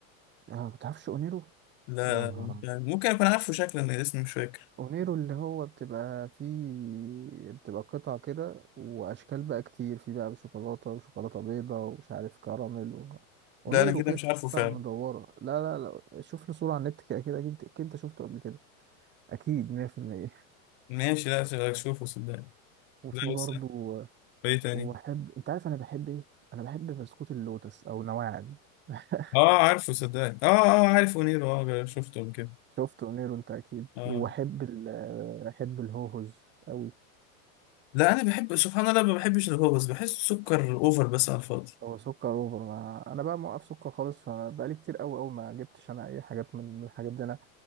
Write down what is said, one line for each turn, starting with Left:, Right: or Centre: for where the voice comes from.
Right: اه ما بتعرفش اونيرو
Left: لا
Right: يا نهار
Left: مش
Right: ابيض
Left: عارف. ممكن اكون عارفه شكلا لان اسمي مش فاكر
Right: اونيرو اللي هو بتبقى فيه بتبقى قطع كده واشكال بقى كتير في بقى شوكولاته وشوكولاته بيضه ومش عارف كراميل و... اونيرو
Left: لا انا كده
Right: كده
Left: مش عارفه
Right: قطع
Left: فعلا
Right: مدوره لا لا لا شوف له صوره على النت كده كده اكيد أكيد انت شفته قبل كده اكيد 100%
Left: ماشي لا اشوفه صدقني
Right: وفي
Left: لا
Right: برضه
Left: بس ايه تاني
Right: واحب انت عارف انا بحب ايه انا بحب بسكوت اللوتس او نواعم <laughs>
Left: اه عارفه صدقني اه اه اه، عارف ونيرو اه شفته قبل كده
Right: شفته نيرو انت اكيد
Left: اه
Right: واحب ال... احب الهوهوز قوي
Left: لا انا بحب سبحان الله ما بحبش الهوبس بحس سكر اوفر بس على الفاضي
Right: هو سكر اوفر ما... انا بقى موقف سكر خالص فبقالي كتير قوي قوي ما جبتش انا اي حاجات من من الحاجات دي انا